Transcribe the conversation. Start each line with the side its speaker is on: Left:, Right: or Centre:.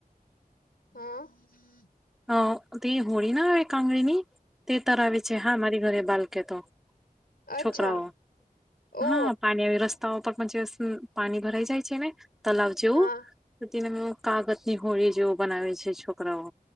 Left: હન.
Centre: હન, તે હોળી ના આવે કાંગળની તે તરાવે છે. હા, મારી ઘરે બાલકે તો
Left: અચ્છા
Centre: છોકરાઓ.
Left: ઓ
Centre: હન. પાણી આવી રસ તા ઉપર પણ જેસ પાણી ભરાઈ જાય છે ને, તલાવ જેવું
Left: હા
Centre: તેનમ એવુ કાગજની હોળી જેવુ બનાવે છે, છોકરાઓ.